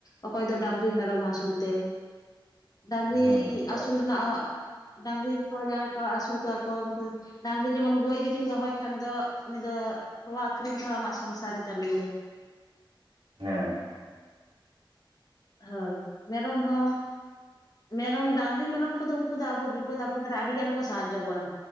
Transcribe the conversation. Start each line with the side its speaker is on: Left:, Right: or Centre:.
Left: ᱚᱠᱚᱭ ᱫᱚ ᱰᱟᱝᱨᱤ ᱢᱮᱨᱚᱢ ᱟᱹᱥᱩᱞ ᱛᱮ ᱰᱟᱝᱨᱤ
Right: ᱦᱩᱸ ᱛᱚᱢᱟ
Left: ᱟᱹᱥᱩᱞ
Right: ᱥᱟᱜ
Left: ᱨᱮᱱᱟᱜ ᱰᱟᱝᱨᱤ ᱨᱮᱠᱚ ᱡᱟᱦᱟᱸᱭ ᱠᱚ ᱟᱹᱥᱩᱞ ᱠᱚᱣᱟ ᱠᱚ ᱩᱱᱠᱩ ᱰᱟᱝᱨᱤ ᱡᱮᱢᱚᱱ ᱜᱟᱹᱭ ᱡᱩᱫᱤᱢ ᱫᱚᱦᱚᱭ ᱠᱷᱟᱱ ᱫᱚ ᱩᱱᱤ ᱫᱚ ᱛᱚᱣᱟ ᱟᱠᱷᱨᱤᱧ ᱛᱮᱦᱚᱸ ᱟᱢᱟᱜ ᱥᱚᱝᱥᱟᱨᱮ ᱪᱟᱹᱞᱩᱭᱟ᱾
Right: ᱦᱮᱸ
Left: ᱦᱳᱭ ᱢᱮᱨᱚᱢ ᱦᱚᱸ ᱢᱮᱨᱚᱢ ᱰᱟᱝᱨᱤ ᱢᱮᱨᱚᱢ ᱠᱚᱫᱚ ᱩᱱᱠᱩ ᱫᱚ ᱟᱵᱚ ᱵᱤᱯᱚᱫ ᱟᱯᱚᱫ ᱨᱮ ᱟᱹᱰᱤ ᱜᱟᱱ ᱠᱚ ᱥᱟᱦᱟᱡᱚ ᱵᱚᱱᱟ